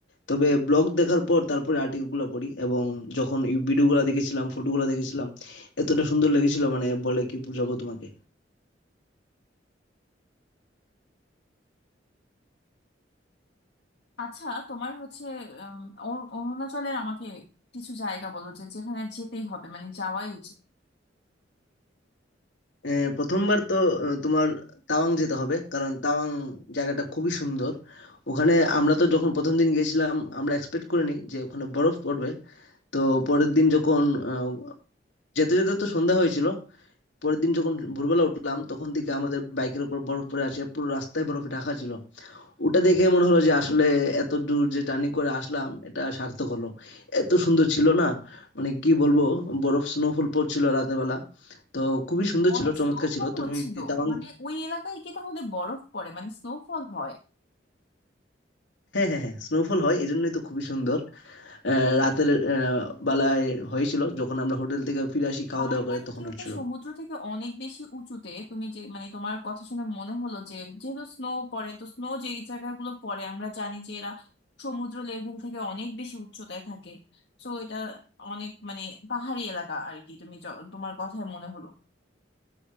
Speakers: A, on the left (about 75°); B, on the left (about 65°).
A: তবে ব্লগ দেখার পর তারপরে আর্টিকেলগুলো পড়ি এবং যখন ভিডিওগুলো দেখেছিলাম ফটোগুলো দেখেছিলাম এতটা সুন্দর লেগেছিল মানে বলে কি বোঝাবো তোমাকে
B: আচ্ছা তোমার হচ্ছে উম, অরু- অরুণাচলের আমাকে কিছু জায়গা বলো যে যেখানে যেতেই হবে মানে যাওয়াই উচিত
A: আহ, প্রথমবার তো আহ, তোমার তাওয়াং যেতে হবে কারণ তাওয়াং জায়গাটা খুবই সুন্দর ওখানে আমরা তো যখন প্রথম দিন গেছিলাম আমরা এক্সপেক্ট করিনি যে ওখানে বরফ পড়বে তো পরের দিন যখন আহ, যেতে যেতে তো সন্ধ্যা হয়েছিল পরের দিন যখন ভোরবেলা উঠলাম তখন থেকে আমাদের বাইকের উপর বরফ পড়ে আছে পুরো রাস্তায় বরফে ঢাকা ছিল ওটা দেখে মনে হলো যে আসলে এত দূর যে জার্নি করে আসলাম এটা সার্থক হলো এত সুন্দর ছিল না মানে কি বলবো বরফ স্নোফল পড়ছিল রাতের বেলা তো খুবই সুন্দর
B: অনেক
A: ছিল চমৎকার
B: স্নোফল
A: ছিল তুমি
B: হচ্ছিল
A: তাওয়াং
B: মানে ওই এলাকায় কি তাহলে বরফ পড়ে মানে স্নোফল হয়
A: হ্যাঁ হ্যাঁ হ্যাঁ স্নোফল হয় এই জন্যই তো খুবই সুন্দর আহ, রাতের আহ, বেলায় হয়েছিল যখন আমরা হোটেল থেকে ফিরে আসি খাওয়া
B: তার
A: দাওয়া করে
B: মানে
A: তখন
B: কি
A: হচ্ছিল
B: ওটা সমুদ্র থেকে অনেক বেশি উঁচুতে তুমি যে মানে তোমার কথা শুনে মনে হলো যে যেহেতু স্নো পড়ে তো স্নো যে জায়গাগুলো পড়ে আমরা জানি যে এরা সমুদ্র লেভেল থেকে অনেক বেশি উচ্চতায় থাকে তো এটা অনেক মানে পাহাড়ি এলাকা আর কি তুমি য- তোমার কথায় মনে হলো